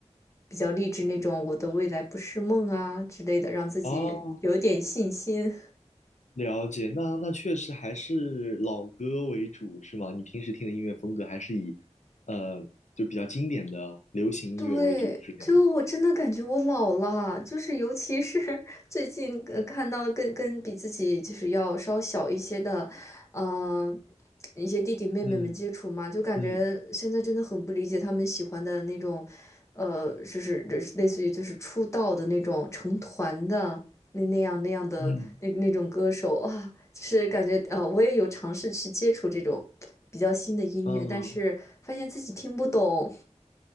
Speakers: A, on the left (about 25°); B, on the left (about 80°).
A: 比较励志那种“我的未来不是梦”啊之类的，让自己有点信心。
B: 哦，了解。那那确实还是老歌为主，是吗？你平时听的音乐风格还是以呃，就比较经典的流行音乐为主，
A: 对，
B: 是这样吗？
A: 就我真的感觉我老了，就是尤其是 <laughs> 最近呃看到跟跟比自己就是要稍小一些的，嗯、一些弟弟妹妹们接触嘛，
B: 嗯
A: 就感觉现在真的很不理解他们喜欢的那种，
B: 嗯
A: 呃，就是就是类似于就是出道的那种成团的那那样那样的那那种歌手啊，
B: 嗯
A: 就是感觉呃我也有尝试去接触这种比较新的音乐，
B: 嗯，
A: 但是发现自己听不懂。